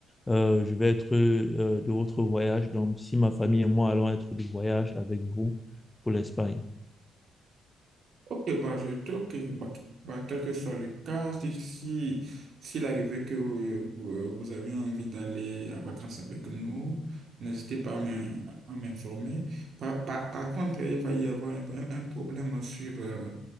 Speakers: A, on the left; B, on the right.
A: Euh, je vais être euh, de votre voyage. Donc, si ma famille et moi allons être de voyage avec vous pour l'Espagne.
B: Et bah, je trouve que, bah, bah, quel que soit le cas, si, si, s'il arrivait que euh, vous, vous avez envie d'aller en vacances avec nous, n'hésitez pas à m'in- à m'informer. Par, par, par contre, il va y avoir un, un- un problème sur euh,